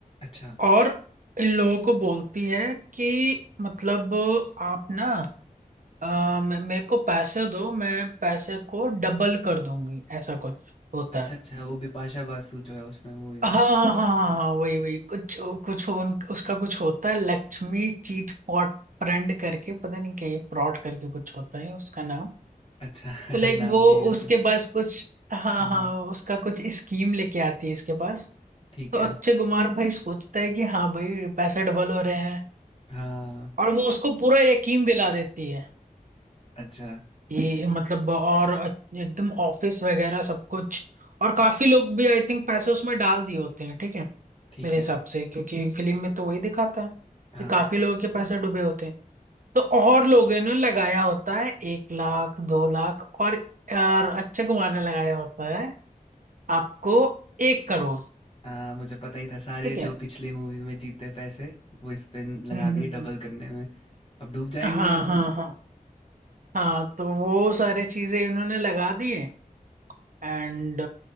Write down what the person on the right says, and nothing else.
और इन लोगों को बोलती है कि मतलब आप ना अ, मे- मेरे को पैसे दो मैं पैसे को डबल कर दूंगी ऐसा कुछ होता
है
हाँ हाँ हाँ हाँ, वही वही कुछ कुछ उन, उसका कुछ होता है लक्ष्मी चीट फॉट फ्रेंड करके पता नहीं क्या फ्रॉड करके कुछ होता है उसका नाम
तो लाइक
वो
उसके पास कुछ हाँ
हाँ उसका कुछ स्कीम लेके आती है इसके पास
तो
अक्षय कुमार भाई सोचता है कि हाँ भाई पैसे डबल हो रहे हैं
और वो उसको पूरा यकीन दिला देती है
ये मतलब और एकदम ऑफिस वगैरह सब कुछ और काफी लोग भी आई थिंक पैसे उसमें डाल दिए होते हैं ठीक है
मेरे हिसाब
से क्योंकि फिल्म में तो वही दिखाता है
कि काफी लोगों के पैसे डूबे होते हैं तो और लोगों ने लगाया होता है एक लाख दो लाख और, और अक्षय कुमार ने लगाया होता है आपको एक करोड़
ठीक है
हम्म हम्म,
हम्म।
हाँ
हाँ
हाँ हाँ तो वो सारी चीजें इन्होंने लगा दी है एंड